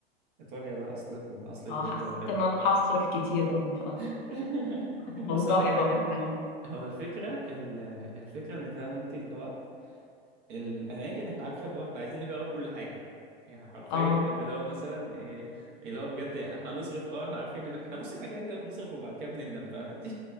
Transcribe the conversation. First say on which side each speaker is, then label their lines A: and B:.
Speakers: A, on the right; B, on the left.
A: ايطاليا بقى اصل اصل البيتزا
B: آه، حسيت
A: وكده
B: إن أنا هصرف كتير أوي
A: <laughs>
B: الموضوع
A: بص اقول لك
B: هيبقى
A: حاجه
B: ممتع
A: هو الفكره ال- الفكره ان فاهم انت اللي هو الاماكن احنا عارفه اللي هو احنا عايزين نجرب كل حاجه يعني حرفيا
B: اه
A: اللي هو مثلا إيه اللي هو بجد احنا هنصرف اه احنا عارفين اللي احنا بص احنا كده كده بنصرف وبعد كده بنندم فاهم انت